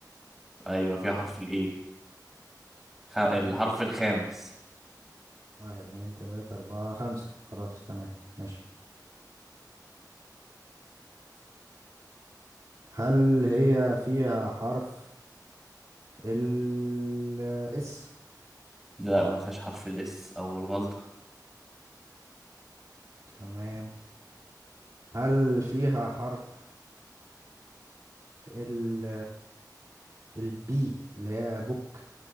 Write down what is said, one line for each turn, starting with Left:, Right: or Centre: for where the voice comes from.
Centre: ايوه فيها حرف الايه خ... الحرف
Right: أنه
Centre: الخامس
Right: واحد اتنين تلاتة أربعة خمسة خلاص تمام ماشي هل هي فيها حرف ال S
Centre: لا ما فيهاش حرف الاس او الغلطة
Right: تمام هل فيها حرف ال ال B اللي هي بوك